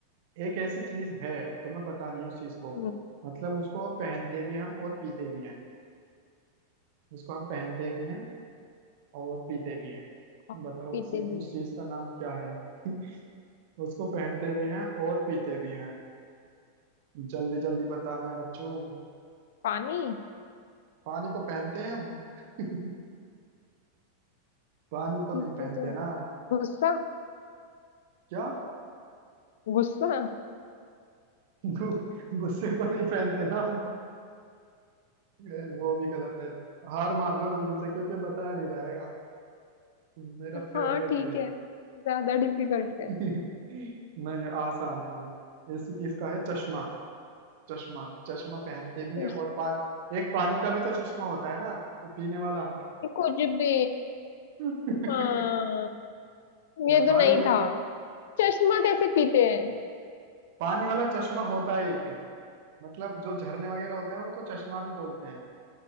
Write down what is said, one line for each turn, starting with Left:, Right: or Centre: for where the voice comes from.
Right: एक ऐसी चीज है तुम्हें पता नहीं है उस चीज को
Left: हम्म
Right: मतलब उसको आप पहनते भी हैं हम और पीते भी हैं उसको हम पहनते भी हैं और पीते भी हैं
Left: और
Right: बताओ
Left: पीते
Right: ऐसी
Left: भी
Right: उस
Left: है
Right: चीज का नाम क्या है <laughs> उसको पहनते भी हैं और पीते भी हैं जल्दी जल्दी बताना है बच्चों
Left: पानी
Right: पानी को पहनते हैं हम <laughs> पानी को
Left: पीते
Right: नहीं पहनते
Left: तो है
Right: ना
Left: गुस्सा
Right: क्या
Left: गुस्सा
Right: गु, गुस्से को नहीं पहनते ना हम ए, वो भी गलत है हार मान लो जल्दी से क्योंकि बता नहीं जाएगा मेरा फेवरेट
Left: हाँ ठीक
Right: है ये
Left: है ज्यादा डिफिकल्ट है
Right: <laughs> नहीं आसान है ये। इस इसका है चश्मा चश्मा चश्मा पहनते भी
Left: चश्मा
Right: है और पान एक पानी का भी तो चश्मा होता है ना तो पीने वाला
Left: ये कुछ भी
Right: <laughs>
Left: हाँ ये तो
Right: भाई
Left: नहीं
Right: ये
Left: था चश्मा कैसे पीते हैं
Right: पानी वाला चश्मा होता है एक मतलब जो झरने वगैरह होते हैं ना उनको चश्मा भी बोलते हैं